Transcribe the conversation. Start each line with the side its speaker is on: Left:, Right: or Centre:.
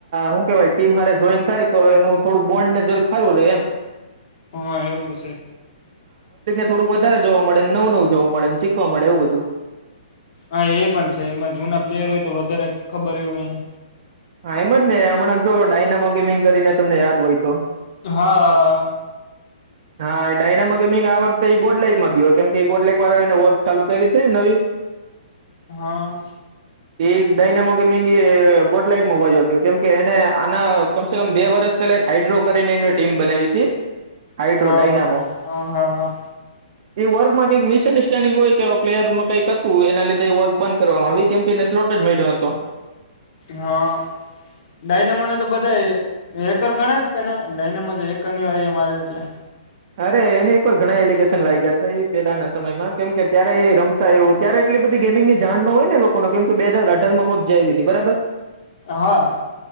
Right: શું કેહેવાય ટીમ હારે જોઈન થાય તો એનું થોડું બોન્ડ ને. ખરું ર એમ
Left: હા એવું છે.
Right: થોડું વધારે જોવા મળે નવું નવું જોવા મળે એ ને શીખવા મળે એવું બધું.
Left: હા એ પણ છે એમાં જૂના પ્લેયર હોય તો વધારે ખબર એ એને
Right: એમજ ને હમણાંલો ડાયનામો ગેમિંગ કરીને તમને યાદ હોય તો.
Left: હા.
Right: હા એ ડાયનામો ગેમીગ આ વખતેે એ ગોડલાઈક માં ગયો કેમ કે ગોડલાઇક હરાવીને ઓગ ચાલુ કરાતી નવી.
Left: હા.
Right: એક ડાઈના મોઘી મેંગી હૈ <unintelligible> મંગાઈ હોત કેમ કે એને આના કમસે કમ બે વર્ષ પહેલા એક હાઈડ્રો કરીને એને ટીમ બનાવી હતી હાઈડ્રોડાયનામો
Left: હા હા હા હા
Right: એ વર્ગમાં માટે બેસ્ટ અંડરસ્ટેન્ડીંગ હોય કે પ્લેયર નું કઈક હતું એના લીધે વર્ક બન કરવામાં આવી કેમ એ સ્લોડ જ મળ્યો હતો. <inaudible>
Left: હા, ડાયનામાંને તો બધાએ એક ગણેશ કે ને ડાયનેમાં તો એક કર વા અરે એટલે.
Right: અરે એની ઉપર ઘણા એલિગેશન લાગ્યા છે એ પેલાના સમયમાં કેમ કે ત્યારે એ રમતા એવું ત્યારે એટલી બધી ગેમિંગની જાણ ન હોય ને લોકો કેમ કે બે બહઝાર અઢાર માં પજ આવી હતી બરાબર.
Left: હા.